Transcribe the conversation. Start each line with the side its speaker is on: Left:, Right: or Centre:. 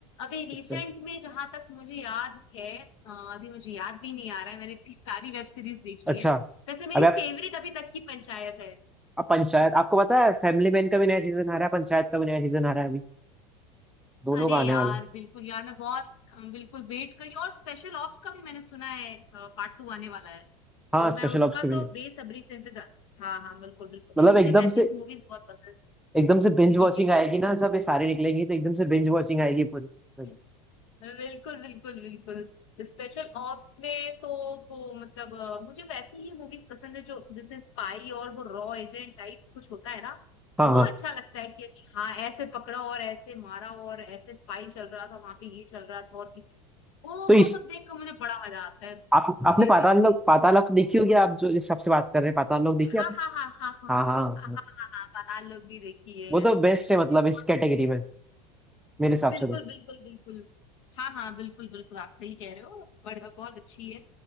Left: अभी
Centre: अच्छा
Left: रिसेंट में जहां तक मुझे याद है आ, अभी मुझे याद भी नहीं आ रहा है मैंने इतनी सारी वेब सीरीज देखी
Centre: अच्छा
Left: है वैसे मेरी
Centre: अब आप
Left: फेवरेट अभी तक की पंचायत है
Centre: अब पंचायत आपको पता है फैमिली मैन का भी नया सीजन आ रहा है पंचायत का भी नया सीजन आ रहा है अभी दोनों
Left: अरे
Centre: का आने
Left: यार
Centre: वाला है
Left: बिल्कुल यार मैं बहुत अम, बिल्कुल वेट करी और स्पेशल ऑप्स का भी मैंने सुना है पार्ट टू आने वाला है
Centre: हाँ
Left: तो
Centre: स्पेशल
Left: मैं उसका
Centre: ऑप्स का भी
Left: तो बेसब्री से इंतजार हाँ हाँ बिल्कुल बिल्कुल
Centre: मतलब
Left: और मुझे
Centre: एकदम
Left: वैसी
Centre: से
Left: मूवीज बहुत पसंद
Centre: एकदम से बिंज
Left: है जी
Centre: वॉचिंग
Left: जी जी
Centre: आएगी ना सब ये सारे निकलेंगे तो एकदम से बिंज वॉचिंग आएगी पूरी बस
Left: <laughs> बिल्कुल बिल्कुल बिल्कुल स्पेशल ऑप्स में तो वो मतलब अ, मुझे वैसी ही मूवीज पसंद है जो जिसमें स्पाई और वो रॉ एजेंट टाइप्स कुछ होता है ना
Centre: हाँ
Left: वो
Centre: हाँ
Left: अच्छा लगता है कि अच्छा हाँ ऐसे पकड़ा और ऐसे मारा और ऐसे स्पाई चल रहा था वहां पे ये चल रहा था और किसी वो
Centre: तो इस
Left: वो सब देख कर मुझे बड़ा मजा आता है
Centre: आप आपने
Left: जी
Centre: पाताल
Left: जी
Centre: लोक
Left: जी
Centre: पाताल लोक देखी होगी आप जो इस सबसे बात कर रहे हैं पाताल लोक देखी
Left: हाँ
Centre: आपने
Left: हाँ हाँ हाँ हाँ
Centre: हाँ हाँ
Left: हाँ हाँ
Centre: हाँ
Left: हाँ हाँ हाँ, पाताल लोक भी देखी है
Centre: वो
Left: मैंने
Centre: तो बेस्ट है मतलब
Left: वो भी बहुत
Centre: इस कैटेगरी
Left: अच्छी है
Centre: में मेरे हिसाब
Left: बिल्कुल
Centre: से तो
Left: बिल्कुल बिल्कुल हाँ हाँ बिल्कुल बिल्कुल आप सही कह रहे हो बढ़िया बहुत अच्छी है